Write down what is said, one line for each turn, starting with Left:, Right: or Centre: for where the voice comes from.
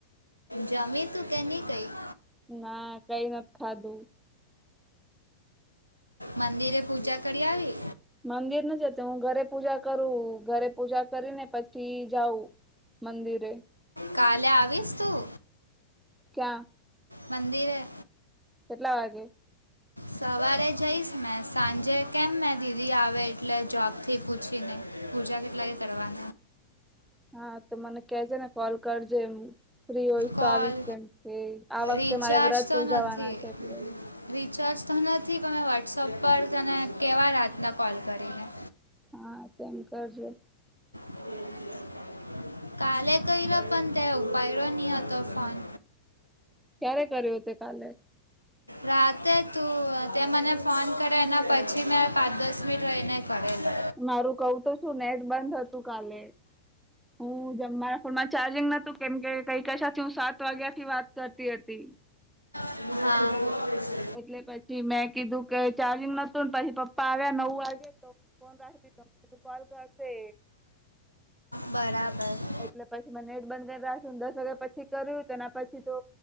Right: જમી તું કે નઈ કઈક
Centre: ના કઈ નત ખાધું.
Right: મંદિરે પૂજા કરયા આવી.
Centre: મંદિર નઈ જતી હું પૂજા કરું ઘરે પૂજા કરીને પ છી જાવું મંદિરે
Right: કાલે આવીશ તું
Centre: ક્યાં?
Right: મંદિરે
Centre: કેટલા વાગે?
Right: સવારે જઈશ મેં સાંજે કેમ મેં દીદી આવે એટલે જોબથી પૂછીને પૂજા કેટલા કે કરવા
Centre: હા તો મને કેજે ને કોલ કરજે એમ ફ્રી હોયશ
Right: કોલ
Centre: તો આવી કેમ છે આ વખતે
Right: રિચાર્જ
Centre: મારે વ્રત
Right: તો
Centre: ઉજાવાના
Right: નથી
Centre: છે એટલે
Right: રિચાર્જ તો નથી કે મેં વોટ્સઅપ પર તને કેવા રાતના કોલ કરીને
Centre: હા તેમ કરજો
Right: <unintelligible> કાલે કયરો પણ તે ઉપાયડો ની હતો ફોન
Centre: ક્યારે કર્યો તે કાલે
Right: રાતે તું તે મને ફોન કરે એના પછી મેં પાંચ દસ મિનિટ રહીને કરેલો
Centre: મારું કવું તો શું નેટ બંધ થતું કાલે હું જમ મારા ફોનમાં ચાર્જિંગ નતું કેમ કે કઈ કશાથી હું સાત વાગ્યા થી વાત કરતી હતી.
Right: હા.
Centre: એટલે પછી મેં કીધું કે ચાર્જિંગ નતું ને પછી પપ્પા આવ્યા નવું વાગ્યા તો કોલ કરશે.
Right: બરાબર.
Centre: એટલે પછી મે નેટ બંધ કરી રાખશ દસ વાગ્યા પછી કર્યું તેના પછી તો